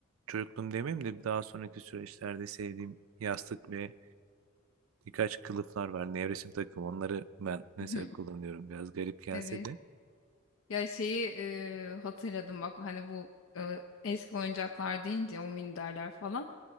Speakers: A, on the right (about 85°); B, on the left (about 75°).
A: çocukluğum demeyeyim de daha sonraki süreçlerde sevdiğim yastık ve birkaç kılıflar var. Nevresim takım onları ben mesela
B: hmm,
A: kullanıyorum. Biraz garip gelse
B: Evet.
A: de.
B: Ya şeyi e, hatırladım bak hani bu e, eski oyuncaklar deyince o minderler falan.